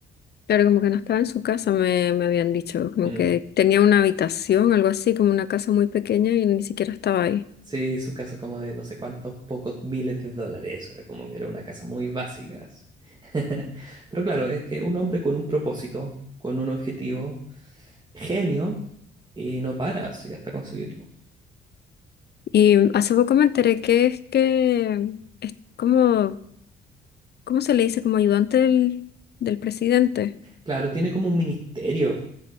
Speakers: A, on the left (about 55°); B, on the right (about 20°).
A: Claro, como que no estaba en su casa, me, me habían dicho, como
B: Mm.
A: que tenía una habitación, algo así, como una casa muy pequeña y ni siquiera estaba ahí.
B: Sí, su casa como de no sé cuántos pocos miles de dólares, era como que era una casa muy básica. eso. <laughs> Pero claro, es que un hombre con un propósito, con un objetivo, genio, y no para así hasta conseguirlo.
A: Y hace poco me enteré que es que es como, ¿cómo se le dice? Como ayudante del, del presidente.
B: Claro, tiene como un ministerio